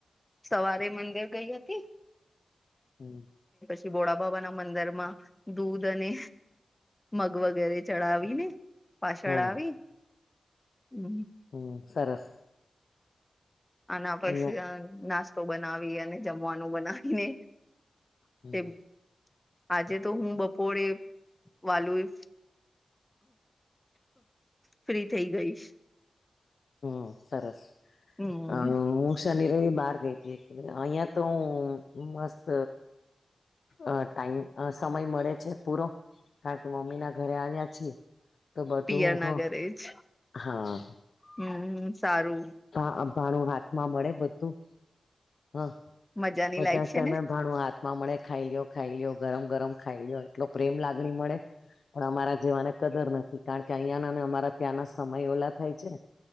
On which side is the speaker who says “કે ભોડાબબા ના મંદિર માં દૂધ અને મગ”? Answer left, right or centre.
Left